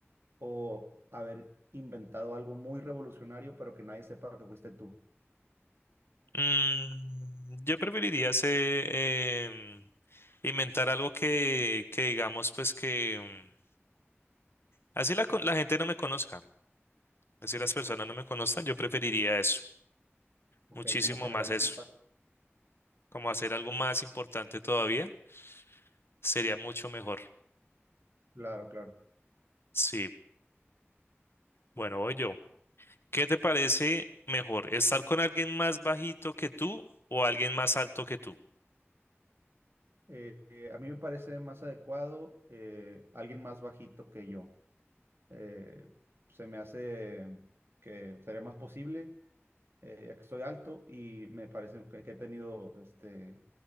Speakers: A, on the right; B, on the left.
A: o haber inventado algo muy revolucionario, pero que nadie sepa que fuiste tú.
B: Mm, yo preferiría hacer, em, inventar algo que, que digamos, pues que mm, así la, co- la gente no me conozca, así las personas no me conozcan, yo preferiría eso,
A: Ok,
B: muchísimo
A: como generar
B: más
A: más
B: eso,
A: impacto.
B: como hacer algo más importante todavía, sería mucho mejor.
A: Claro, claro.
B: Sí, bueno, voy yo. ¿Qué te parece mejor, estar con alguien más bajito que tú o alguien más alto que tú?
A: Eh, eh, a mí me parece más adecuado eh, alguien más bajito que yo. Eh, se me hace que sería más posible, eh, ya que soy alto y me parece que, que he tenido, este,